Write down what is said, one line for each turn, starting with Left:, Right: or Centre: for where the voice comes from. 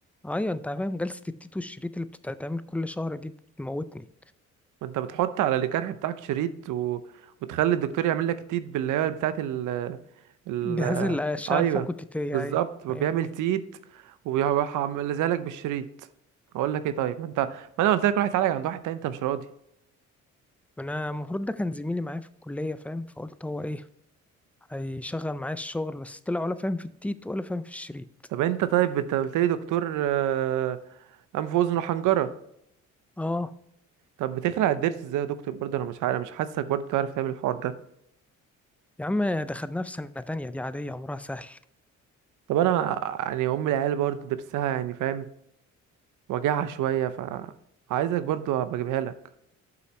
Centre: ايوه انت فاهم جلسه التيت والشريط اللي بتتعمل كل شهر دي بتموتني
Right: ما انت بتحط على الجرح بتاعك شريط و... وتخلي الدكتور يعمل لك تيت باللي هي بتاعه ال... ال...
Centre: جهاز الاشعه
Right: ايوه
Centre: الفوق التيتيه
Right: بالظبط
Centre: ايوه
Right: بيعمل
Centre: ايوه
Right: تيت وبيروح عامل لك بالشريط اقول لك ايه طيب ما انت ما انا قلت لك روح اتعالج عند واحد تاني انت مش راضي
Centre: ما انا المفروض ده كان زميلي معايا في الكلية فاهم فقلت هو ايه هيشغل معايا الشغل بس طلع ولا فاهم في التيت ولا فاهم في الشريط
Right: طب انت طيب انت قلت لي دكتور آه، انف واذن وحنجره
Centre: اه
Right: طب بتخلع الضرس ازاي يا دكتور برضه انا مش عارف مش حاسك برضه تعرف تعمل الحوار ده
Centre: يا عم دخلناه في سنة تانية دي عادية امرها سهل
Right: طب انا يعني ام العيال برضه ضرسها يعني فاهم وجعها شويه ف عايزك برضه ابقى اجيبها لك